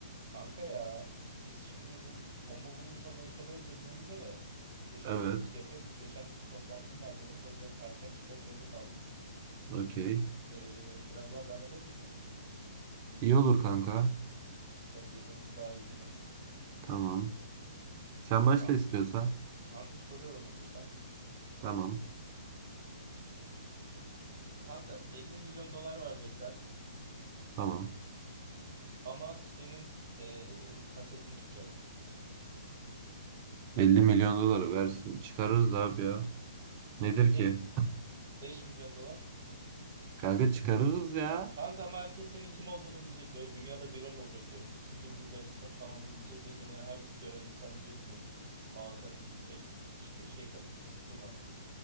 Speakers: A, on the right; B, on the right.
A: Kanka ya biz şimdi bu o mu bu mu soruları soruyoruz birbirimize de. Geçen
B: Evet.
A: yapıyorduk. Geçen toplantım vardı benim. O yüzden erken çıkmak zorunda kaldım.
B: Okey.
A: Ee, biraz daha devam edelim mi?
B: İyi olur kanka.
A: Hem birbirimizi daha iyi tanırız.
B: Tamam. Sen başla
A: Kan-
B: istiyorsan.
A: kanka soruyorum hazırsan.
B: Tamam.
A: Kanka 50 milyon dolar verecekler
B: Tamam.
A: ama senin ee, kasetin çıkacak.
B: 50 milyon doları versin. Çıkarırız abi ya. Nedir
A: Be
B: ki?
A: 5 milyon dolar
B: <laughs> Kanka çıkarırız ya.
A: Kanka ama herkes senin kim olduğunu bilecek. Böyle dünyada viral olacak görüntü. sekiz milyar insan tamamı izleyecek ve seni her gören insan diyecek ki Aa sen şey, işte şey ka- kasetin vardı.